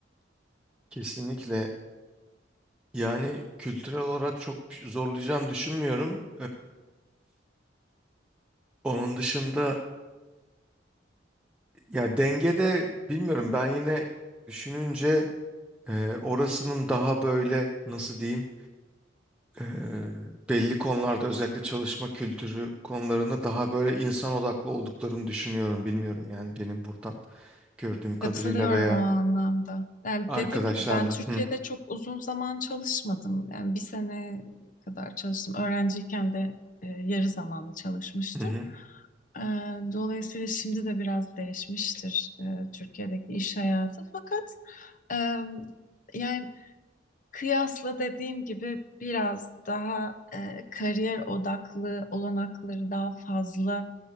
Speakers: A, in the centre; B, on the left (about 45°).
A: Kesinlikle yani kültürel olarak çok zorlayacağını düşünmüyorum. Onun dışında ya dengede bilmiyorum ben yine düşününce e, orasının daha böyle nasıl diyeyim e, belli konularda özellikle çalışma kültürü konularında daha böyle insan odaklı olduklarını düşünüyorum. Bilmiyorum yani benim buradan gördüğüm kadarıyla
B: Katılıyorum
A: veya
B: o anlamda. Yani
A: arkadaşlarla.
B: dediğim gibi ben Türkiye'de
A: Hı
B: çok uzun zaman çalışmadım. Yani bir sene kadar çalıştım. Öğrenciyken de e, yarı zamanlı çalışmıştım.
A: hı. hı.
B: E, dolayısıyla şimdi de biraz değişmiştir e, Türkiye'deki iş hayatı. Fakat e, yani Kıyasla dediğim gibi biraz daha e, kariyer odaklı olanakları daha fazla